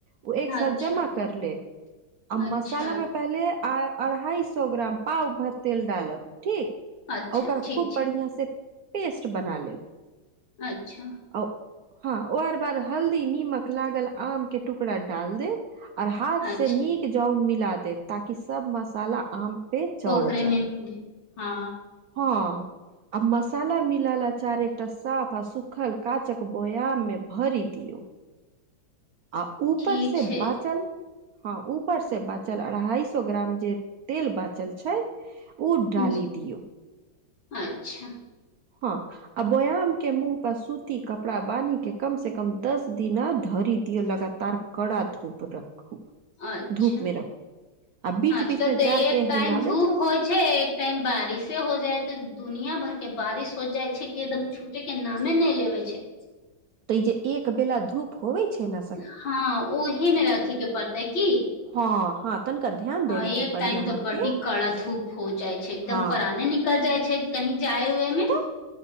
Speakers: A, on the right (about 65°); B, on the left (about 75°).
A: ओ एक साल
B: अच्छा
A: जमा कर ले आ
B: अच्छा
A: मसालामे पहिले अढ़ाई सए ग्राम पाव भर तेल डालब ठीक
B: अच्छा
A: ओकर
B: ठीक
A: खूब
B: छै
A: बढ़ियाँ से पेस्ट बना लेब
B: अच्छा
A: आओ हँ और बार हल्दी नीमक लागल आम के टुकड़ा डाल देब आओर हाथ
B: अच्छा
A: से नीक जाउ मिला देब ताकि सब मसाला आम पे चढ़
B: ओकरे
A: जाय
B: मेन हँ
A: हँ आ मसाला मिलाल अँचार एकटा साफ आ सुखल काँचक बोयाममे भरि दियौ आ ऊपर
B: ठीक
A: से
B: छै
A: बाँचल हँ ऊपर से बाँचल अढ़ाई सौ ग्राम जे तेल बाँचल छै उ डाली
B: ज-
A: दियौ
B: अच्छा
A: हँ आ बोयामके मुँह पर सूती कपड़ा बानीके कमसँ कम दस दिना धरि दियौ लगातार कड़ा धूप रखू
B: अच्छा
A: धूप मे रखू आ बीच
B: आजकल
A: बीच मे
B: तऽ
A: जार
B: एक
A: के
B: टाइम
A: हिलाबैत
B: धूप
A: रहू
B: होइ छै एक टाइम बारिशे हो जायत दुनियाँ भर के बारिश हो जाइ छै कि एकदम छु टेके नामे नहि लेबै छै
A: तऽ ई जे एक बेेला धूप होवै छै न
B: हँ ओहे मे रखेके पड़तै की
A: हँ हँ तनिका ध्यान देबे
B: हँ
A: के
B: एक
A: पड़ी
B: टाइम
A: अहाँके
B: तऽ बड्डी कड़ा धूप हो जाइ छै एकदम
A: हँ
B: पराने निकल जाइ छै कहीं जाए उए मे
A: तऽ